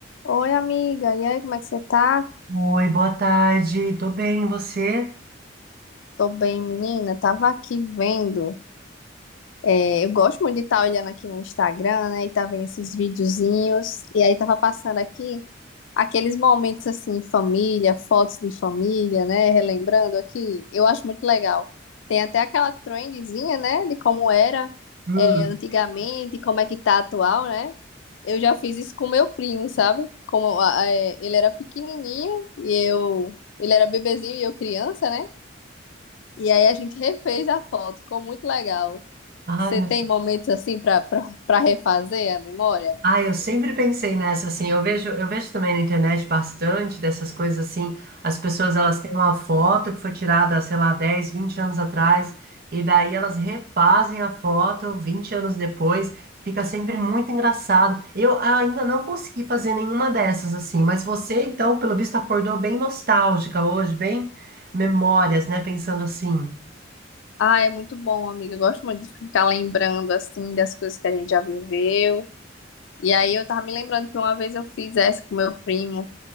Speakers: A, on the left; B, on the right.
A: Oi, amiga. E aí, como é que você tá?
B: Oi, boa tarde. Tô bem, e você?
A: Tô bem, menina. Tava aqui vendo. é, eu gosto muito de estar olhando aqui no Instagram, né? E tá vendo esses videozinhos. E aí, tava passando aqui. Aqueles momentos assim, família, fotos de família, né? Relembrando aqui, eu acho muito legal. Tem até aquela trendzinha, né? De como era
B: Hum.
A: é, antigamente, como é que tá atual, né? Eu já fiz isso com meu primo, sabe? Como a- é, ele era pequenininho e eu, ele era bebezinho e eu criança, né? E aí a gente refez a foto, ficou muito legal.
B: Ai,
A: Você
B: meu...
A: tem momentos assim para para refazer a memória?
B: Ai, eu sempre pensei nessa assim. Eu vejo, eu vejo também na internet bastante dessas coisas assim. As pessoas elas têm uma foto que foi tirada, sei lá, 10, 20 anos atrás, e daí elas refazem a foto 20 anos depois. Fica sempre muito engraçado. Eu ainda não consegui fazer nenhuma dessas assim, mas você então, pelo visto, acordou bem nostálgica hoje, bem memórias, né? Pensando assim.
A: Ah, é muito bom, amiga. Eu gosto muito de ficar lembrando, assim, das coisas que a gente já viveu. E aí eu tava me lembrando que uma vez eu fiz essa com meu primo.